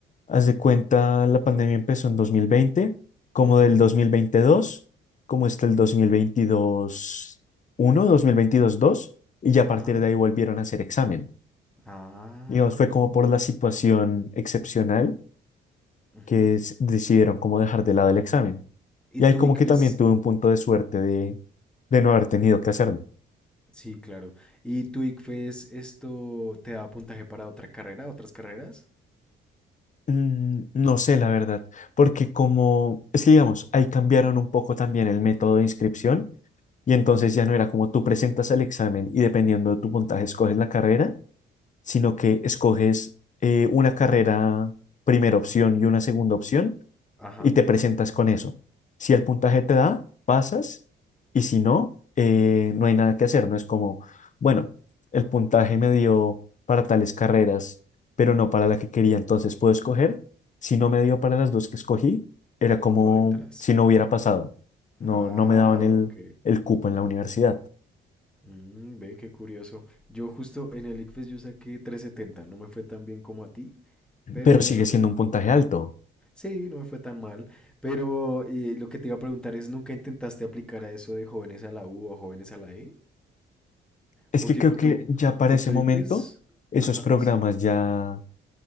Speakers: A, on the left; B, in the centre.
A: Haz de cuenta, la pandemia empezó en 2020, como
B: Ujú,
A: del 2022, como está el dos mil veintidós uno, dos mil veintidós dos y ya a
B: Ajá.
A: partir de ahí volvieron a hacer examen.
B: Ah,
A: Digamos, fue como
B: jue
A: por
B: madre.
A: la situación excepcional
B: Ujú.
A: que s- decidieron como dejar de lado el examen.
B: ¿Y
A: Y
B: tu
A: ahí como
B: ICFES?
A: que también tuve un punto de suerte de, de no haber tenido que hacerlo.
B: Sí, claro. ¿Y tu ICFES esto te da puntaje para otra carrera, otras carreras?
A: Mm, No sé, la verdad, porque como, es que digamos, ahí cambiaron un poco también el método de inscripción Y entonces ya no era como tú presentas el examen y dependiendo de tu puntaje escoges la carrera, sino que escoges eh, una carrera primera opción y una segunda opción
B: Ajá,
A: y te presentas con eso. Si el puntaje te da, pasas y si no, eh, no hay nada que hacer. No es como, bueno, el puntaje me dio para tales carreras, pero no para la que quería, entonces puedo escoger. Si no me dio para las dos que escogí, era como
B: no entras.
A: si no hubiera pasado. No,
B: Ah,
A: no me daban el,
B: ok.
A: el cupo en la universidad,
B: Mm, ve, qué curioso. Yo justo en el ICFES yo saqué 370. no me fue tan bien como a ti, pero
A: pero
B: no
A: sigue
B: me fue...
A: siendo un puntaje alto.
B: Sí, no me fue tan mal, pero eh, lo que te iba a preguntar es, ¿nunca intentaste aplicar a eso de jóvenes a la U o jóvenes a la E?
A: Es
B: Porque
A: que creo
B: con
A: que
B: tu,
A: ya para
B: con
A: ese
B: tu
A: momento
B: ICFES...
A: esos
B: Ajá,
A: programas
B: sí.
A: ya,